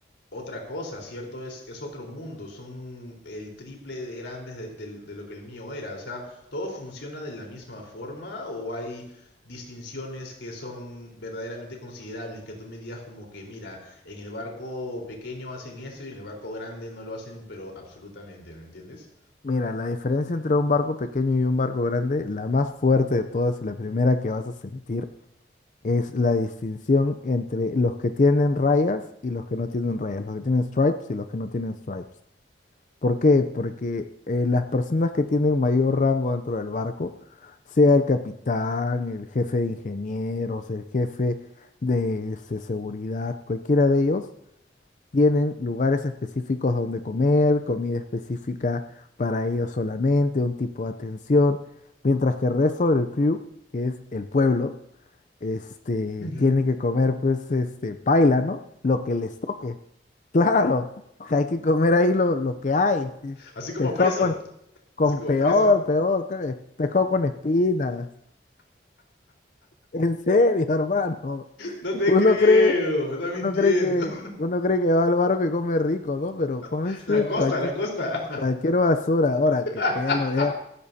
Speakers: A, on the left (about 85°); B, on the left (about 45°).
A: otra cosa, ¿cierto? Es, es otro mundo, son el triple de grandes de, del- de lo que el mío era. O sea, ¿todo funciona de la misma forma o hay distinciones que son verdaderamente considerables? Que tú me digas como que, mira, en el barco pequeño hacen esto y en el barco grande no lo hacen, pero absolutamente, ¿no entiendes?
B: Mira, la diferencia entre un barco pequeño y un barco grande, la más fuerte de todas y la primera que vas a sentir, es la distinción entre los que tienen rayas y los que no tienen rayas, los que tienen stripes y los que no tienen stripes. ¿Por qué? Porque eh, las personas que tienen mayor rango dentro del barco, sea el capitán, el jefe de ingenieros, el jefe de este, seguridad, cualquiera de ellos, Tienen lugares específicos donde comer, comida específica para ellos solamente, un tipo de atención, mientras que el resto del crew, que es el pueblo, este,
A: <laughs>
B: tiene que comer pues este paila, ¿no? Lo que les toque. <laughs> Claro, que hay que comer ahí lo, lo que hay. sí.
A: Así como
B: Pescado
A: preso,
B: con, con
A: así como
B: peor,
A: preso.
B: peor, creo, pescado con espinas. En serio, <laughs> hermano.
A: No te
B: Uno
A: creo,
B: cree,
A: me estás mintiendo.
B: uno cree que, uno cree que va al barco y come rico, ¿no? Pero come
A: <laughs>
B: fe-
A: Langosta,
B: cualquier,
A: langosta.
B: cualquier basura. Ahora
A: <laughs>
B: que, que ya lo vea.